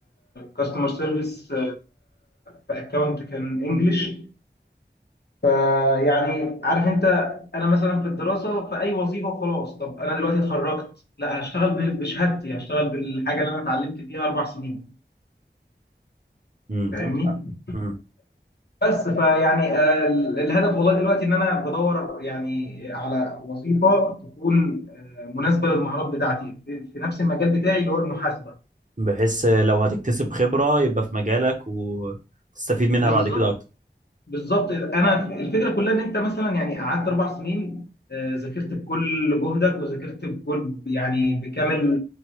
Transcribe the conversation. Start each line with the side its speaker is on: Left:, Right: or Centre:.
Left: كاستمر سيرفيس في اكونت كان انجلش آه، يعني عارف انت انا مثلا في الدراسه في اي وظيفه وخلاص طب انا دلوقتي اتخرجت لا هشتغل ب- بشهادتي هشتغل بالحاجه اللي انا اتعلمت فيها اربع سنين
Right: امم
Left: فاهمني
Right: تمام تمام. امم
Left: بس فيعني آه، ال- الهدف والله دلوقتي ان انا بدور يعني على وظيفه تكون آه، مناسبه للمهارات بتاعتي في في نفس المجال بتاعي اللي هو المحاسبه
Right: بحيث آه، لو هتكتسب خبره يبقى في مجالك وتستفيد منها
Left: بالظبط
Right: بعد كده اكتر
Left: بالظبط انا الفكره كلها ان انت مثلا يعني قعدت اربع سنين آه، ذاكرت بكل جهدك وذاكرت بكل يعني بكامل